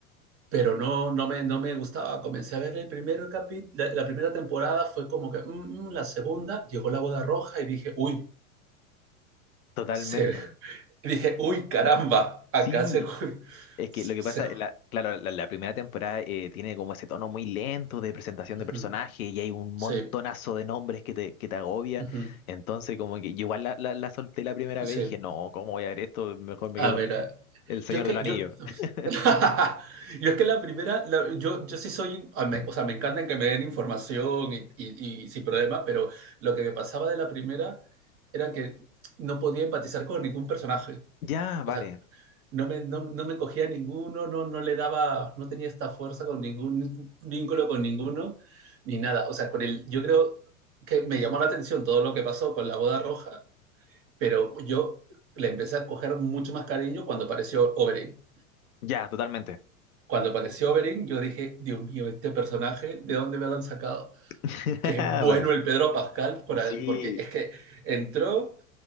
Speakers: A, on the right (about 30°); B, on the left (about 75°).
A: Pero no, no me, no me gustaba. Comencé a ver el primer capítulo, la, la primera temporada fue como que, mm, mm, la segunda, llegó la boda roja y dije, uy,
B: Totalmente.
A: se, dije, uy, caramba, acá
B: Sí,
A: se...
B: es que
A: se-
B: lo que pasa, la, claro, la, la primera temporada eh, tiene como ese tono muy lento de presentación de
A: ujú,
B: personaje y hay un
A: sí,
B: montonazo de nombres que te, que te agobia.
A: ujú,
B: Entonces, como que yo igual la, la, la solté la primera
A: sí.
B: vez y dije, no, ¿cómo voy a ver esto? Mejor me
A: A
B: quedo
A: ver,
B: con
A: ah,
B: El Señor
A: yo es que,
B: del Anillo.
A: yo...
B: <laughs>
A: <laughs> Yo es que la primera, la- yo, yo sí soy, ah, o sea, me encantan que me den información y, y- y sin problema, pero lo que me pasaba de la primera era que no podía empatizar con ningún personaje.
B: Ya, vale.
A: o sea, no me, no, no me cogía ninguno, no, no le daba, no tenía esta fuerza con ningún vínculo con ninguno, ni nada. O sea, con el, yo creo que me llamó la atención todo lo que pasó con la boda roja, pero yo le empecé a coger mucho más cariño cuando apareció Oberyn.
B: Ya, totalmente.
A: Cuando apareció Oberyn, yo dije, Dios mío, este personaje, ¿de dónde me lo han sacado?
B: <laughs>
A: Qué bueno
B: Vale.
A: el Pedro Pascal,
B: Sí,
A: porque es que entró,